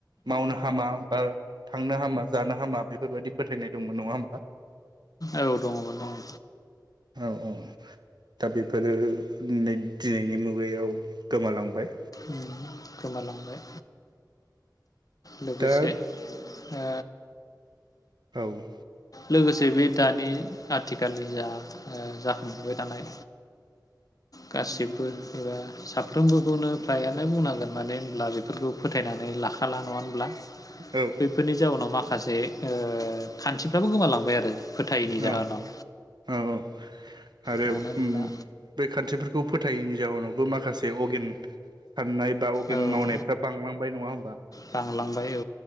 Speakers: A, on the right; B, on the left.
A: मावनो हामा बा थांनो हामा जानो हामा बेफोरबायदि फोथायनाय दंमोन नङा होमबा?
B: औ दङमोन दङ।
A: औ औ। दा बेफोरो नै दिनैनि मुगायाव गोमालांबाय।
B: उम गोमालांबाय। लोगोसे
A: दा
B: ओ
A: औ औ।
B: लोगोसे बे दानि आथिखालनि जा ओ जाखांफुबबाय थानाय गासिबो एबा साफ्रोमबोखौनो फ्रायानो बुंनांगोन मानो होनब्ला बेफोरखौ फोथायनानै लाखाला नङा होनब्ला?
A: औ
B: बेफोरनि जाउनाव माखा माखासे ओ खान्थिफ्राबो गोमालांबाय आरो। फोथायैनि
A: औ
B: जाहोनाव
A: औ औ आरो
B: मानो होनब्ला
A: बै खान्थिफोरखौ खौ फोथायैनि जाहोनावबो माखासे अगेन साननाय बा अगेन
B: औ
A: मावनायफ्रा बांलांबाय नङा होमबा?
B: बांलांबाय औ